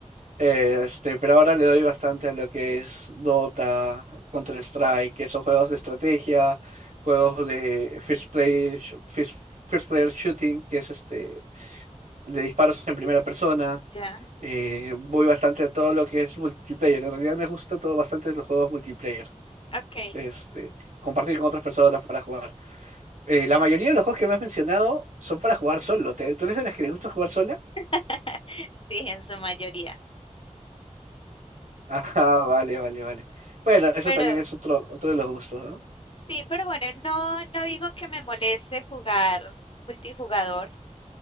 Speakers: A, on the right; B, on the left.
A: Eh, este, pero ahora le doy bastante a lo que es Dota, Counter-Strike, que son juegos de estrategia, juegos de first player, sh- first, first player shooting, que es este de disparos en primera persona.
B: Ya,
A: Eh, voy bastante a todo lo que es multiplayer. En realidad me gusta todo bastante los juegos multiplayer.
B: ok.
A: este, compartir con otras personas para jugar. Eh, la mayoría de los juegos que me has mencionado son para jugar solo. ¿Te- ¿Tú eres de las que le gusta jugar sola?
B: <laughs> Sí, en su mayoría.
A: <laughs> Ajá, vale, vale, vale. Bueno, eso
B: Pero
A: también es otro, otro de los gustos, ¿no?
B: Sí, pero bueno, no, no digo que me moleste jugar multijugador,